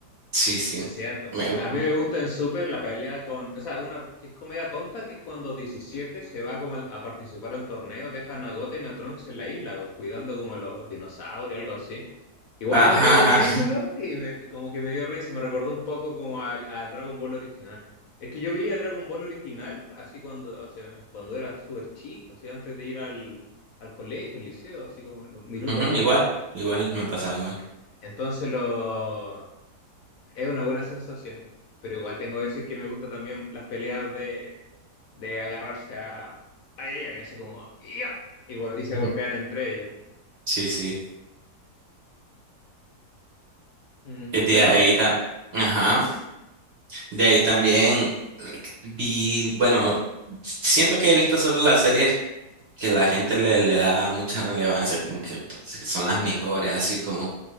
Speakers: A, on the right; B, on the left.
A: Sí, sí,
B: Es cierto.
A: me
B: A
A: gusta.
B: mí me gusta en Super la pelea con, o sea, una que es comedia tonta, que es cuando 17 se va como al- a participar al torneo, dejan a Goten y a Trunks en la isla, o cuidando como los dinosaurios, algo así. Igual
A: Ajá,
B: es medio ridículo
A: ajá.
B: y, me- y como que me dio risa, me recordó un poco como al, al Dragon Ball original. Es que yo veía Dragon Ball original así cuando, hace- cuando era súper chico, así antes de ir al, al colegio, al liceo, así como los minutos
A: Ujú,
B: antes.
A: igual, igual me pasaba igual.
B: Entonces lo... Es una buena sensación, pero igual tengo que decir que me gusta también las peleas de, de agarrarse a, a ella y así como "Ya", y, gol- y se
A: Ujú.
B: golpean entre ellos.
A: Sí, sí.
B: Mm,
A: Eh, De
B: pero,
A: ahí ta- ajá.
B: ujú.
A: De ahí también eh, vi, bueno, siento que he visto solo la serie que la gente le, le da mucha relevancia, como que pues, que son las mejores, así como